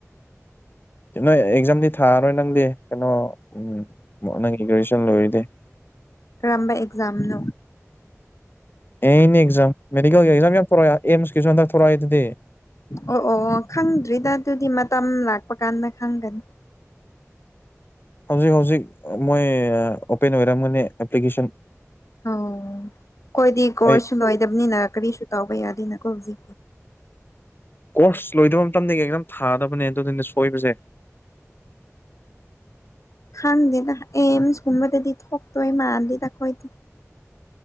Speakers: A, on the left; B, on the left.
A: ꯅꯣꯏ ꯑꯦꯛꯖꯥꯝꯗꯤ ꯊꯥꯔꯔꯣꯏ ꯅꯪꯗꯤ ꯀꯩꯅꯣ ꯎ ꯅꯪꯒꯤ ꯒ꯭ꯔꯦꯖꯨꯦꯁꯟ ꯂꯣꯏꯔꯗꯤ <inaudible> <inaudible>
B: ꯀꯔꯝꯕ ꯑꯦꯛꯖꯥꯝꯅꯣ
A: ꯑꯦꯩꯅ ꯑꯦꯛꯖꯥꯝ ꯃꯦꯗꯤꯀꯦꯜꯒꯤ ꯑꯦꯛꯖꯥꯝ ꯌꯥꯝ ꯊꯣꯔꯛꯑ ꯑꯦꯝꯁꯀꯤꯁꯨ ꯍꯟꯗꯛ ꯊꯣꯔꯛꯑꯏ ꯑꯗꯨꯗꯤ
B: ꯑꯣ ꯑꯣ ꯑꯣ ꯈꯪꯗ꯭ꯔꯤꯗ ꯑꯗꯨꯗꯤ ꯃꯇꯝ ꯂꯥꯛꯄ ꯀꯥꯟꯗ ꯈꯪꯒꯅꯤ
A: ꯍꯧꯖꯤꯛ ꯍꯧꯖꯤꯛ ꯃꯣꯏ ꯑꯣꯄꯦꯟ ꯑꯣꯏꯔꯝꯒꯅꯤ ꯑꯦꯄ꯭ꯂꯤꯀꯦꯁꯟ
B: ꯑꯣ ꯑꯩꯈꯣꯏꯗꯤ ꯀꯣꯔꯁꯁꯨ
A: ꯑꯩ
B: ꯂꯣꯏꯗꯕꯅꯤꯅ ꯀꯔꯤꯁꯨ ꯇꯧꯕ ꯌꯥꯗꯦꯅ ꯀꯧꯖꯤ
A: ꯀꯣꯔꯁ ꯂꯣꯏꯗꯕ ꯃꯇꯝꯗꯒꯤꯝ ꯊꯥꯗꯕꯅꯦ ꯑꯗꯨꯗꯨꯅꯦ ꯁꯣꯏꯕꯁꯦ
B: ꯈꯗꯗ ꯑꯦꯁ ꯊꯨꯝꯕꯗꯗꯤ ꯊꯣꯛꯣꯛ ꯇꯣꯏꯋ ꯃꯥꯗꯤꯗ ꯀꯣꯗꯤ